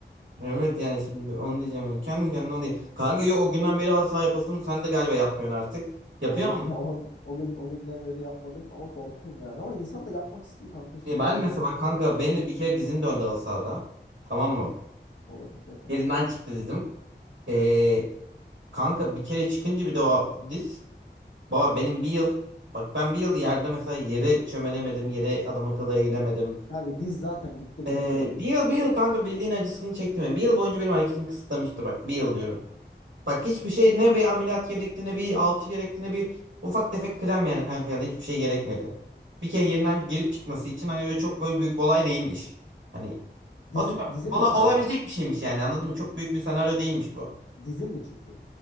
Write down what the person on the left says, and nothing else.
Evet
ya o, o gün o günden beri yapmadım ama korkuyorum yani. Ama insan da yapmak istiyor kanka şimdi.
Ben
yani
seviyorum.
Of.
O da çok betermiş.
Kanka diz zaten gitti mi
bir kere git.
Çok
kötü.
Dizin
dizin
mi kaydı?
Dizin mi çıktı?